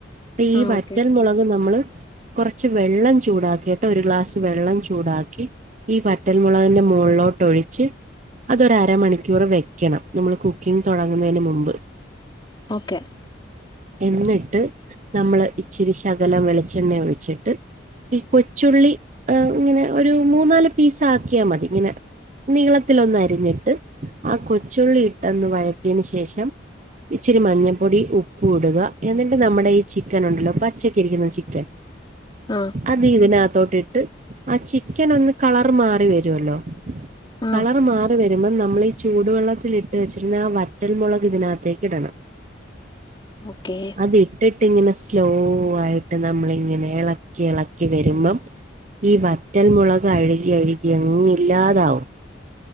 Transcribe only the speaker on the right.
ഇപ്പീ
വറ്റൽ
മുളക് നമ്മള് കൊറച്ച് വെള്ളം ചൂടാക്കീട്ട് ഒരു ഗ്ലാസ് വെള്ളം ചൂടാക്കി ഈ വറ്റൽമുളകിന്റെ മോളിലോട്ട് ഒഴിച്ച് അതൊരമണിക്കൂറ് വെക്കണം നമ്മൾ കുക്കിംഗ് തുടങ്ങുന്നതിന് മുമ്പ്
എന്നിട്ട് നമ്മള് ഇച്ചിരി ശകലം വെളിച്ചെണ്ണ ഒഴിച്ചിട്ട് ഈ കൊച്ചുള്ളി ഇങ്ങനെ ഒരു മൂന്നാല് പീസ് ആക്കിയാ മതി ഇങ്ങനെ നീളത്തിലൊന്ന് അരിഞ്ഞിട്ട് ആ കൊച്ചുള്ളി ഇട്ട്ന്ന് വഴറ്റിയെന്ശേഷം ഇച്ചിരി മഞ്ഞൾപ്പൊടി ഉപ്പ് ഇടുക എന്നിട്ടണ്ട് നമ്മുടെ ഈ ചിക്കൻ ഉണ്ടല്ലോ പച്ചക്ക ഇരിക്കുന്ന ചിക്കൻ
അത് ഇതിനകത്തോട്ട്ആ ചിക്കൻ ഒന്ന് കളർ മാറി വരുവല്ലോ
കളർ മാറി വരൂ പ്പോ നമ്മൾഈ ചൂടുവെള്ളത്തില്ട്ട് വെച്ചിരുന്ന ആ വറ്റൽമുളക് ഇതിനകത്തേക്ക് ഇടണം
അത് ഇട്ടിട്ട്ങ്ങനെ സ്ലോ ആയിട്ട് നമ്മളിങ്ങനെ ഇളക്കി ഇളക്കി വരുമ്പം ഈ വറ്റൽ മുളക് അഴുകി അഴുകി അങ്ങ ഇല്ലാതാവും